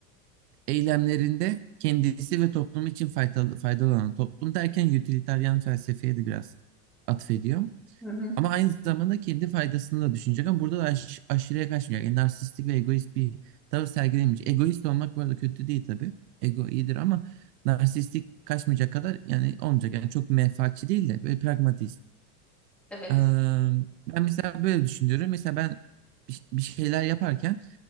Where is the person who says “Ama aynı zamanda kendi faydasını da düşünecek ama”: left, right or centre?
Right